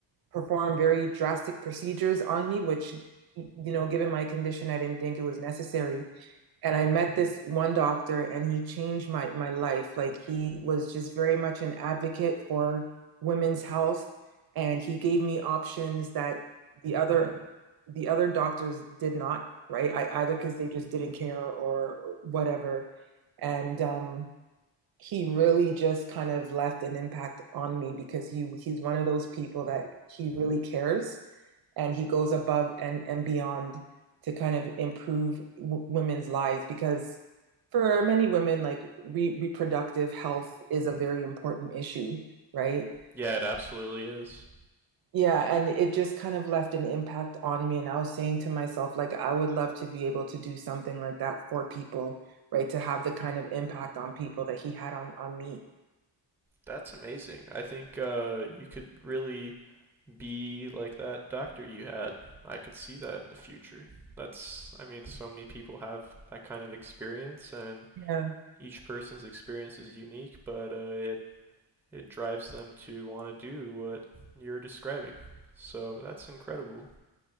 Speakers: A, on the right (about 55°); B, in the centre.
A: perform very drastic procedures on me, which, you know, given my condition, I didn't think it was necessary. And I met this one doctor and he changed my, my life. Like he was just very much an advocate for women's health. And he gave me options that the other the other doctors did not, right? I, either because they just didn't care or whatever. And um, he really just kind of left an impact on me because he he's one of those people that he really cares and he goes above and and beyond to kind of improve w- women's lives because for many women like re- reproductive health is a very important issue right
B: Yeah, it absolutely is.
A: yeah and it just kind of left an impact on me and i was saying to myself like i would love to be able to do something like that for people right to have the kind of impact on people that he had on on me
B: That's amazing. I think uh, you could really be like that doctor you had. I could see that in the future. That's, I mean, so many people have that kind of experience, and
A: yeah
B: each person's experience is unique, but uh, it it drives them to want to do what you're describing. So that's incredible.